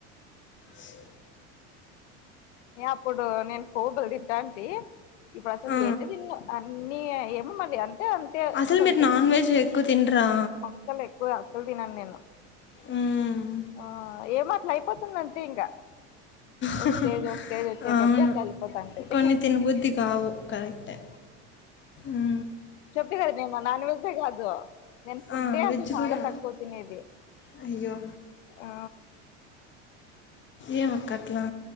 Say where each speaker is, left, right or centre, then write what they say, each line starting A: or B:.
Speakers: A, on the left; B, on the left.
A: సు
B: అప్పుడు నేను కోబలు తింటాంటే ఇప్పుడు అసలుకి
A: ఆ!
B: ఎన్ని తిన్నను అన్ని ఏమో మరి అంటే అంతే
A: అసలు
B: కొంచెము
A: మీరు నాన్ వెజ్ ఎక్కువ తినరా
B: అస్సలు ఎక్కువ అస్సలు తినను నేను
A: ఉమ్
B: ఆ ఏమో అట్లా అయిపోతుందింతే ఇంకా ఓ
A: హహ
B: స్టేజ్ ఒక స్టేజ్ వచ్చే
A: అవును
B: కొద్దీ అట్లా వెళ్ళిపోతాంటాయి
A: కొన్ని తినబుద్ది కావు కరెక్టే ఆ
B: చెప్దు కదా నేను నాన్వజ్ ఏ కాదు నేను ఫుడ్
A: ఆ,
B: ఏ
A: వెజ్
B: అసలు చాలా
A: కూడా
B: తక్కువ తినేది
A: అయ్యో
B: ఆ
A: ఏమక్కట్లా